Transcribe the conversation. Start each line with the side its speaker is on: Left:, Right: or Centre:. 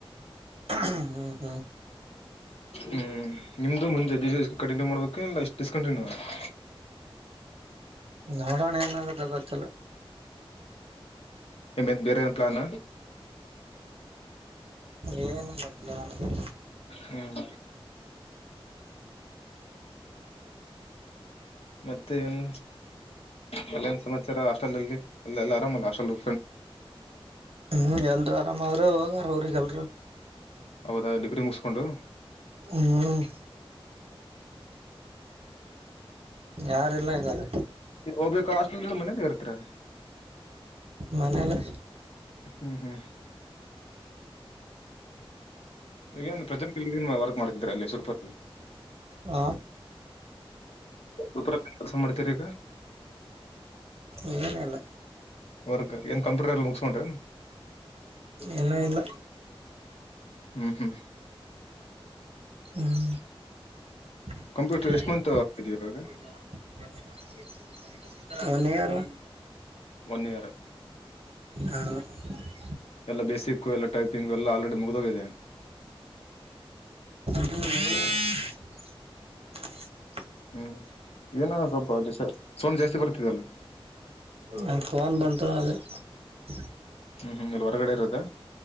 Right: ಹ್ಮ್ ಹ್ಮ್
Left: ಹ್ಮ್ ನಿಮ್ದು ಮುಂಜೆದು ಬಿಸಿನೆಸ್ ಕಂಟಿನ್ಯೂ ಮಾಡ್ಬೇಕು ಇಲ್ಲ ಡಿಸ್ಕಂಟಿನ್ಯೂ ಮಾಡ್ಬೇಕಾ.
Right: ನೋಡೋಣ ಏನಾಗುತ್ತೆ ಗೊತ್ತಿಲ್ಲ.
Left: ನಿಮ್ದು ಬೇರೆ ಏನು ಪ್ಲಾನ್.
Right: ಏನಿಲ್ಲ ಪ್ಲಾ ಹ್ಮು
Left: ಹ್ಮ್ ಮತ್ತೆ ಏನ್ ಕಲ್ಯಾಣ ಸಮಾಚಾರ ಅಷ್ಟೊಂದ್ ಇಲ್ಲಿ ಇಲ್ಲೆಲ್ಲಾ ಆರಾಮಲ್ಲಾ ಅಷ್ಟೊಂದು.
Right: ಹ್ಮ್ ಎಲ್ಲರೂ ಆರಾಮ ಅವರೇ ಹೋಗವ್ರೆ ಊರಿಗೆ ಎಲ್ರೂ.
Left: ಹೌದಾ ಡಿಗ್ರಿ ಮುಗುಸುಕೊಂಡು.
Right: ಹ್ಮ್ ಯಾರಿಲ್ಲ ಗಲಾಟಿ.
Left: ಹೋಗ್ಬೇಕ್ ಹಾಸ್ಟೆಲ್ನಿಂದ ಮನೆಗೆ ಬರ್ತೀರಾ.
Right: ಮನೇಲೆ
Left: ಹ್ಮು ಹ್ಮು. ಈಗ ಏನ್ ಪ್ರೆಸೆಂಟ್ ಇಲ್ಲೇನ್ ವರ್ಕ್ ಮಾಡ್ತಿದ್ರಾ ಇಲ್ಲಿ ಶಿರುರ್ಪುರ್ ನಲ್ಲಿ.
Right: ಯ
Left: ಉತ್ತರಕ್ ಕೆಲಸ ಮಾಡ್ತೀರಿ ಈಗ.
Right: ಏನು ಇಲ್ಲ.
Left: ವರ್ಕ್ ಏನ್ ಕಂಪ್ಯೂಟರ್ ಮುಗಸ್ಕೊಂಡ್ರಿ.
Right: ಏನು ಇಲ್ಲ
Left: ಹ್ಮು ಹ್ಮು.
Right: ಹ್ಮು <unintelligible>
Left: ಕಂಪ್ಯೂಟರ್ ಎಷ್ಟ್ ಮಂತ್ ಇವಾಗ
Right: ಅಲ್ಲಾ ನೀ ಯಾರು.
Left: One year.
Right: ಹ ಕೊಯಿ.
Left: ಎಲ್ಲ ಬೇಸಿಕ್ ಎಲ್ಲ ಟೈಪಿಂಗ್ ಎಲ್ಲ ಆಲ್ರೆಡಿ ಮುಗ್ದೋಗಿದೆ.
Right: ಹು ಹೇಳ್ ಜಿಇಇಇ.
Left: ಹ್ಮ್ ಏನೊ ಸ್ವಲ್ಪ ದಿಸ ಸೌಂಡ್ ಜಾಸ್ತಿ ಬರ್ತಿದಲ್ಲ.
Right: ಯಾಕೊ ನನ್ನ ಫೋನ್ ಬಂದ ಕಿಲಕ್ ಕ್ಲಿ.
Left: ಹೂ ಹೂ ಹೊರಗಡೆ ಇರೋದಾ.